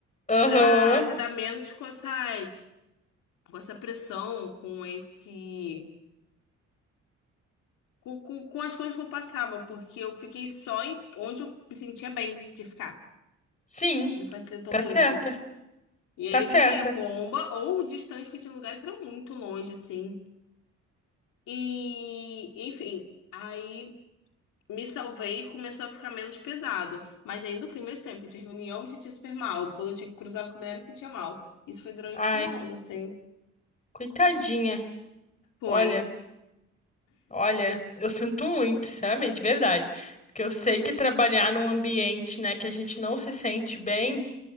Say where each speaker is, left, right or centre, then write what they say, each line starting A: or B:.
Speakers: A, on the left; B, on the left.
A: Aham.
B: pra lidar menos com essas, com essa pressão, com esse, com, com, com as coisas que eu passava, porque eu fiquei só em onde eu me sentia bem de ficar.
A: Sim.
B: Me facilitou
A: Tá
B: muito.
A: certa.
B: E aí
A: Tá
B: eu
A: certa.
B: deixei a bomba ou distante, porque tinha lugares que eram muito longe, assim. E, enfim, aí. me salvei e começou a ficar menos pesado. Mas ainda o clima era sempre, que tinha reunião, eu me sentia super mal. Quando eu tinha que cruzar com a mulher, eu me sentia mal. Isso foi durante
A: Ai,
B: um ano, assim.
A: coitadinha.
B: Foi.
A: Olha, olha, eu sinto muito, sinceramente, de verdade. Porque eu sei que trabalhar num ambiente, né, que a gente não se sente bem,